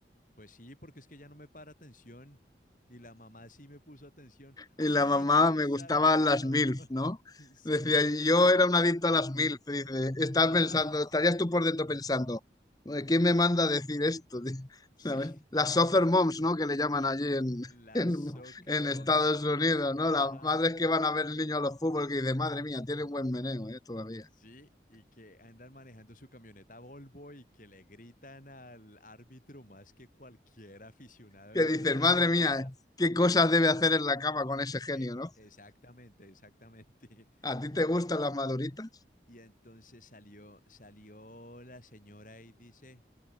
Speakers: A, on the left; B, on the left.
A: Pues sí, porque es que ya no me para atención. Y la mamá sí me puso atención. ¡Ay,
B: Y la mamá
A: que
B: me
A: salga
B: gustaban
A: la
B: las
A: mamá!
B: MILF, ¿no?
A: <laughs> Sí,
B: Decía, yo era un adicto a las MILF. Dice, estás
A: ajá,
B: pensando, estarías tú por dentro pensando, ¿quién me manda a decir esto? <laughs>
A: <laughs>
B: ¿Sabes?
A: sí.
B: Las soccer moms, ¿no? Que le llaman allí en,
A: Las
B: <laughs> en,
A: soccer
B: en
A: moms,
B: Estados Unidos, ¿no?
A: ajá.
B: Las madres que van a ver el niño a los fútbol que dicen, madre mía, tiene un buen meneo, ¿eh? Todavía.
A: Sí, y que andan manejando su camioneta Volvo y que le gritan al árbitro más que cualquier aficionado
B: Que
A: en un
B: dicen,
A: Real
B: madre
A: Madrid-Barça.
B: mía, qué cosas debe hacer en la cama con ese genio,
A: Eh,
B: ¿no?
A: exactamente, exactamente.
B: ¿A
A: <laughs>
B: ti
A: Y,
B: te
A: en-
B: gustan las maduritas?
A: y entonces salió, salió la señora y dice,